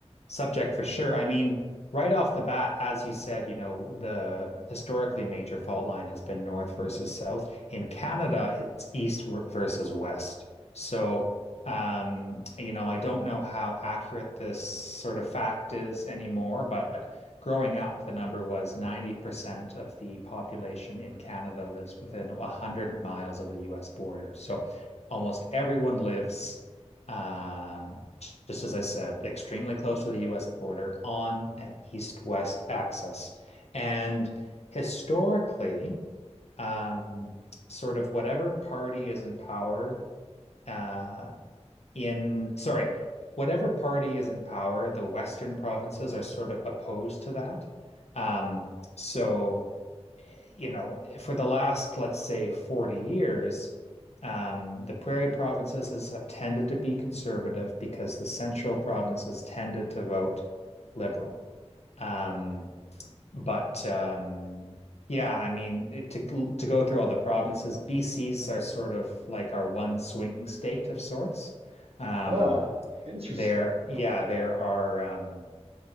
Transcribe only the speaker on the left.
subject for sure. I mean, right off the bat, as you said, you know, the historically major fault line has been north versus south. In Canada, it's east ver- versus west. So, um, you know, I don't know how accurate this sort of fact is anymore, but growing up, the number was 90% of the population in Canada lives within 100 miles of the US border. So almost everyone lives uh just as I said, extremely close to the US border on an east-west axis. And historically, um, sort of whatever party is in power uh, in, sorry, whatever party is in power, the Western provinces are sort of opposed to that. Um, so, eh, you know, for the last, let's say, 40 years, um, the prairie provinces has, have tended to be conservative because the central provinces tended to vote liberal. Um,
but um, yeah, I mean, it, to to go through all the provinces, BC's are sort of like our one swing state of sorts. Um,
there, yeah,
there are. Um,